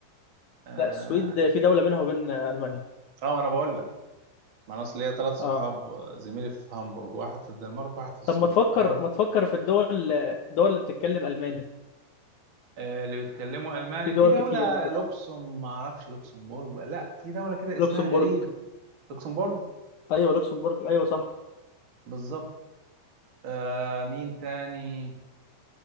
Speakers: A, on the right; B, on the left.
A: اه
B: لا السويد في دوله بينها وبين المانيا
A: آه، ما انا بقول لك ما انا اصل ليا ثلاث صحاب
B: اه
A: زميلي في هامبورج واحد في الدنمارك واحد في السويد
B: طب ما تفكر
A: فهم
B: ما تفكر في الدول الدول اللي بتتكلم الماني
A: آه، اللي بيتكلموا الماني
B: في دول
A: في دوله
B: كتير على فكره
A: لوكسم ما اعرفش لوكسمبورج ولا- لا في دوله كده
B: لوكسمبورغ
A: اسمها غريب لوكسمبورج
B: ايوه لوكسمبورغ ايوه صح
A: بالظبط آه مين تاني